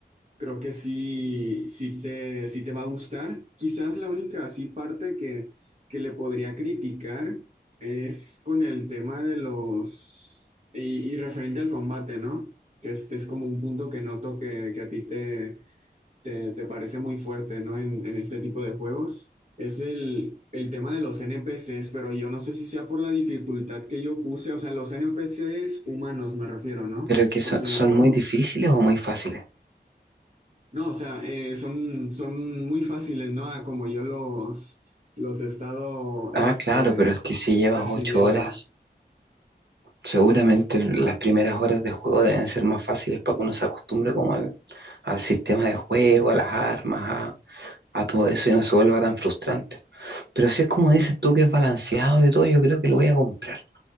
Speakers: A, on the right; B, on the right.
A: creo que sí, sí te, sí te va a gustar. Quizás la única así parte que, que le podría criticar es con el tema de los, y, y referente al combate, ¿no? Que este es como un punto que noto que, que a ti te te, te parece muy fuerte, ¿no? En, en este tipo de juegos. Es el, el tema de los NPCs, pero yo no sé si sea por la dificultad que yo puse, o sea, los NPCs humanos me refiero, ¿no?
B: pero que son,
A: Porque
B: son
A: los...
B: muy difíciles o muy fáciles.
A: No, o sea, eh, son, son muy fáciles, ¿no? A como yo los, los he estado
B: Ah,
A: este,
B: claro, pero es que si llevas
A: percibiendo.
B: ocho horas, seguramente l- las primeras horas de juego deben ser más fáciles para que uno se acostumbre como al, al sistema de juego, a las armas, a, a todo eso y no se vuelva tan frustrante. Pero si es como dices tú que es balanceado y todo, yo creo que lo voy a comprar.